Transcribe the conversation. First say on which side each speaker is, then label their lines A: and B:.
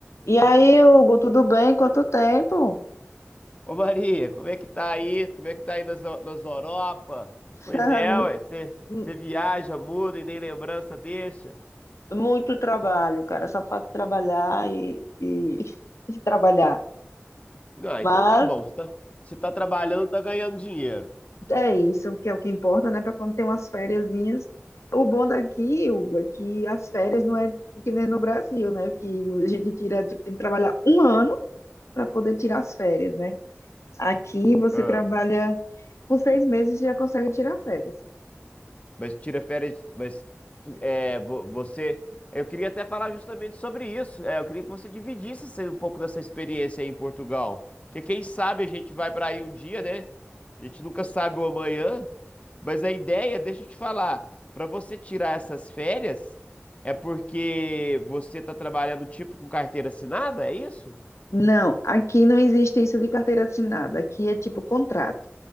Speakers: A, on the left (about 85°); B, on the left (about 30°).
A: E aí, Hugo, tudo bem? Quanto tempo?
B: Ô Maria, como é que tá aí? Como é que tá aí nas, nas Europa?
A: <laughs>
B: Pois é, ué, você
A: Muito,
B: você viaja, muda e nem lembrança deixa.
A: muito trabalho, cara. Só faço trabalhar e, e, <laughs> e trabalhar.
B: Não,
A: Mas
B: então tá bom, você tá, você tá trabalhando, tá ganhando dinheiro.
A: é isso, que é o que importa, né? Para quando tem umas fériasinhas. O bom daqui, Hugo, é que as férias não é que nem no Brasil, né? Que a gente tira, tipo, tem que trabalhar um ano para poder tirar as férias, né? Aqui você
B: Ah.
A: trabalha com seis meses e já consegue tirar férias.
B: Mas tira férias, mas é, vo- você. Eu queria até falar justamente sobre isso. É, eu queria que você dividisse essa- um pouco dessa experiência aí em Portugal. Porque quem sabe a gente vai para aí um dia, né? A gente nunca sabe o amanhã. Mas a ideia, deixa eu te falar, para você tirar essas férias, é porque você tá trabalhando tipo com carteira assinada, é isso?
A: Não, aqui não existe isso de carteira assinada. Aqui é tipo contrato.